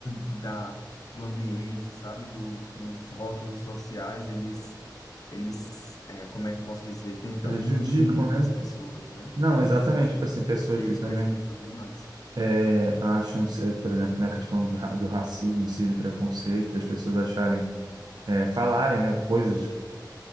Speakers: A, on the left (about 50°); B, on the right (about 65°).
A: da, do ambiente, sabe? Do, dos rótulos sociais, eles, eles é, como é que eu posso dizer? Tentam
B: Prejudicam,
A: iludir muitas
B: né?
A: pessoas, né?
B: Não,
A: Nesse
B: exatamente.
A: sentido.
B: Tipo assim, pessoas
A: E
B: que
A: isso
B: também
A: prejudica demais.
B: é, acham, se- por exemplo, na questão de ra- do racismo em si, do preconceito, das pessoas acharem, é, falarem, né, coisas